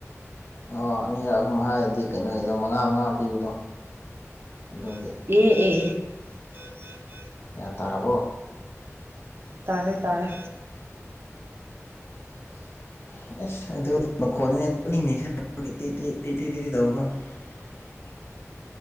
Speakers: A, on the left; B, on the right.
A: ꯑꯣ ꯑꯅꯤꯔꯛ ꯑꯍꯨꯝ ꯍꯥꯏꯔꯗꯤ ꯀꯩꯅꯣꯒꯤꯗꯣ ꯃꯉꯥ ꯃꯉꯥ ꯄꯤꯕꯗꯣ ꯑꯗꯨꯒꯤ
B: ꯑꯦ ꯑꯦ ꯑꯦ
A: ꯒ꯭ꯌꯥꯟ ꯇꯥꯔꯕꯣ
B: ꯇꯥꯔꯦ ꯇꯥꯔꯦ
A: <inaudible> <unintelligible> <inaudible>